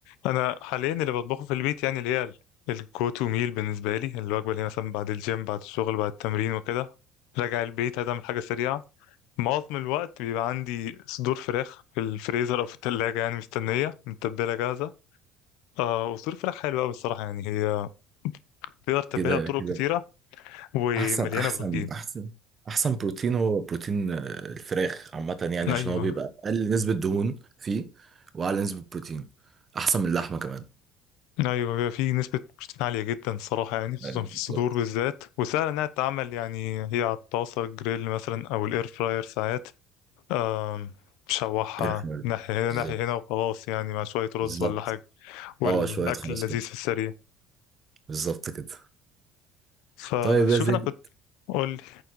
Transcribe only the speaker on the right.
كده
كده
احسن احسن
احسن احسن بروتين هو بروتين آه، الفراخ عامه يعني عشان
هو بيبقى اقل نسبه دهون فيه واعلى نسبه بروتين احسن من اللحمه كمان
أيوة،
بالظبط
الفراخ.
بالظبط
بالظبط
اه شويه خلاص
كده
بالظبط كده
طيب يا زين